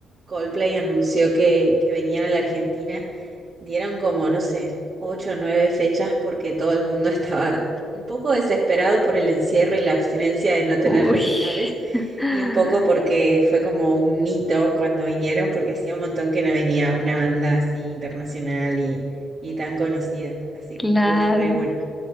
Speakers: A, on the right (about 45°); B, in the centre.
A: Coldplay anunció que, que venían a la Argentina, dieron como, no sé, ocho o nueve fechas porque todo el mundo <laughs> estaba un poco desesperado por el encierro y la abstinencia de no tener
B: Uy,
A: recitales
B: <laughs>
A: y un poco porque fue como un hito cuando vinieron, porque hacía un montón que no venía una banda así internacional y, y tan conocida. Así
B: claro.
A: que estuvo re bueno.